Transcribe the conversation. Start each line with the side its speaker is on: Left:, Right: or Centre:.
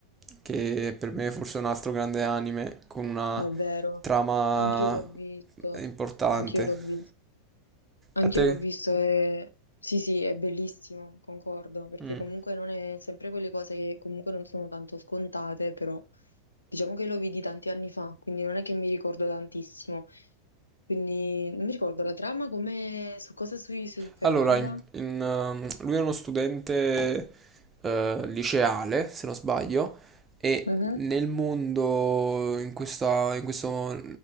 Right: che per me è forse un altro grande anime con una
Left: è vero.
Right: trama
Left: Anch'io l'ho visto,
Right: importante.
Left: anch'io l'ho visto. Anch'io
Right: E a te?
Left: l'ho visto e sì, sì, è bellissimo, concordo, perché
Right: Mm.
Left: comunque non è sempre quelle cose che comunque non sono tanto scontate, però diciamo che lo vidi tanti anni fa, quindi non è che mi ricordo tantissimo. Quindi non mi ricordo la trama, come su cosa si, si soffermava.
Right: Allora, in- in, ehm, lui è uno studente eh, liceale, se non sbaglio, e
Left: Mhm.
Right: nel mondo, in questa, in questo